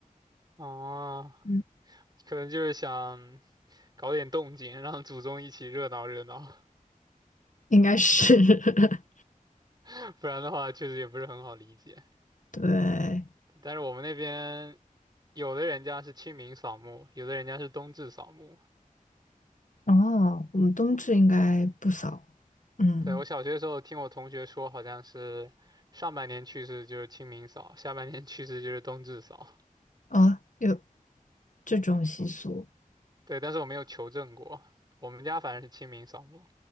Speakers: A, on the right; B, on the left.
A: 啊，
B: 嗯
A: 可能就是想搞点动静，让祖宗一起热闹热闹，
B: 应该是 <laughs>
A: <laughs> 不然的话确实也不是很好理解。
B: 对。
A: 但是我们那边有的人家是清明扫墓，有的人家是冬至扫墓。
B: 哦，我们冬至应该不扫，嗯。
A: 对，我小学的时候听我同学说，好像是上半年去世就是清明扫，下半年去世就是冬至扫。
B: 哦，有这种习俗
A: 对，但是我没有求证过，我们家反正是清明扫墓。